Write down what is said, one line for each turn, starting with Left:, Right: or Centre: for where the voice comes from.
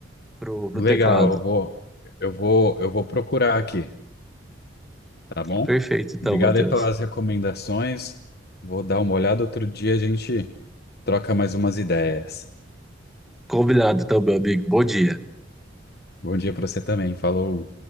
Centre: pro, pro
Left: Legal,
Centre: teclado.
Left: eu vou eu vou eu vou procurar aqui. Tá bom?
Centre: Perfeito, então,
Left: Obrigado
Centre: Matheus.
Left: aí pelas recomendações. Vou dar uma olhada outro dia, a gente troca mais umas ideias.
Centre: Combinado, então, meu amigo. Bom dia.
Left: Bom dia pra você também. Falou.